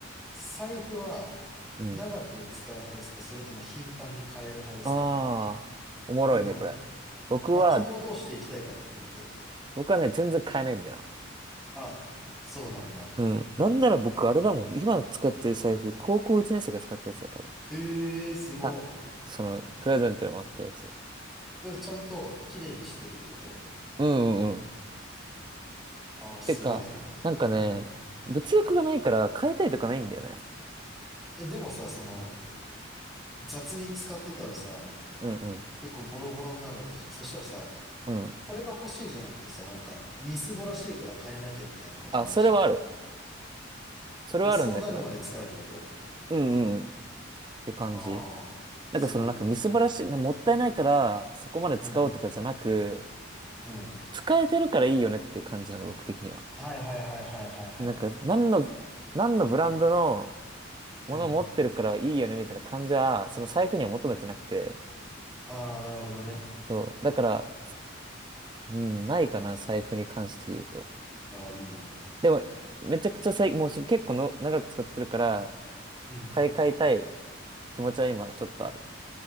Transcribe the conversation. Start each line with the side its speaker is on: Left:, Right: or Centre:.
Centre: 財布は
Right: うん。
Centre: 長く使う派ですかそれとも頻繁に変える派ですか
Right: ああ、おもろいね、
Centre: これど
Right: これ。僕は、
Centre: うまあ、今後どうしていきたいかも含めて。
Right: 僕はね、全然買えないんだよな。
Centre: あ、そうなんだ。
Right: うん。なんなら僕、あれだもん。今使ってる財布、高校1年生が使ったやつが多分。
Centre: ええー、すご。
Right: た、その、プレゼントにもあったやつ。
Centre: それちゃんと綺麗にしてるってこと
Right: うんうんうん。
Centre: ああー、すごいね。
Right: てか、なんかね、
Centre: うん。
Right: 物欲がないから変えたいとかないんだよね。
Centre: え、でもさ、その、雑に使ってたらさ、
Right: うんうん。
Centre: 結構ボロボロになるわけじゃん。そしたらさ、
Right: うん。
Centre: これが欲しいじゃなくてさ、なんか、みすぼらしいから変えなきゃみたいなこともあるじゃん。
Right: あ、それはある。
Centre: だか
Right: それはあるんだけど、
Centre: らそうなるまで使うってこと
Right: うんうん。って感じ。
Centre: ああー、すごいな。
Right: なんかそのなんかみすぼらしい、なもったいないからそこまで使おうとかじゃなく、
Centre: うん、うん。
Right: 使えてるからいいよねっていう感じなの、僕的には。
Centre: はいはいはいはいはいはい。
Right: なんか何の、何のブランドの
Centre: うん。
Right: ものを持ってるからいいよねみたいな感じは、その財布には求めてなくて。
Centre: ああ、なるほどね。
Right: そう。だから、うん、ないかな、財布に関して言うと。
Centre: ああ、いいね。
Right: でも、めちゃくちゃ最、もうそ結構の長く使ってるから、
Centre: うん。
Right: 買い替えたい気持ちは今ちょっとある。